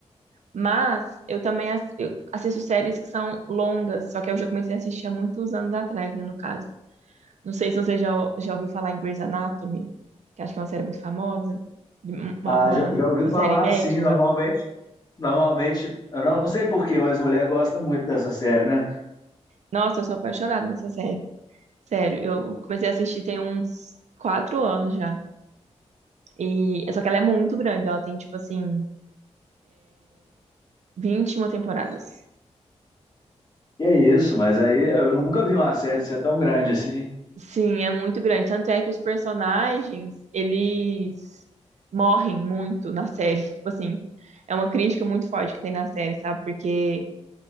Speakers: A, on the right; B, on the left.
A: Mas eu também ass- eu assisto séries que são longas, só que eu já comecei a assistir há muitos anos atrás, né, no caso. Não sei se você já, ou- já ouviu falar em Grey's Anatomy, que acho que é uma série muito famosa, de- uma,
B: Ah,
A: uma
B: já, já ouvi
A: uma
B: falar,
A: série médica.
B: assim. normalmente, normalmente, eu não sei por quê, mas mulher gosta muito dessa série, né?
A: Nossa, eu sou apaixonada nessa série. Sério, eu comecei a assistir tem uns quatro anos já. E só que ela é muito grande, ela tem tipo assim 21 temporadas.
B: Que é isso, mas aí eu nunca vi uma série ser tão grande assim,
A: Sim, é muito grande. Tanto é que os personagens, eles morrem muito na série. <laughs> Tipo assim, é uma crítica muito forte que tem na série, sabe? Porque,